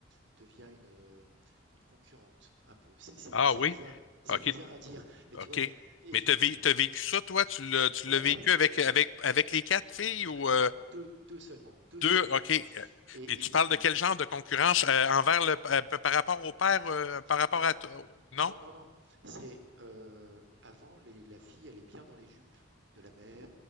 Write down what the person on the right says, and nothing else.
devient une, euh, une concurrente, un peu. C'est c'est-
c'est
bizarre, c'est
bizarre à dire, mais
tu vois, là, et
du
coup,
ouais,
ah, non,
deux, deux seulement, deux
seulement,
et,
et du
coup,
non,
Non, non, non. C'est euh, avant, les- la fille, elle est bien dans les jupes de la mère.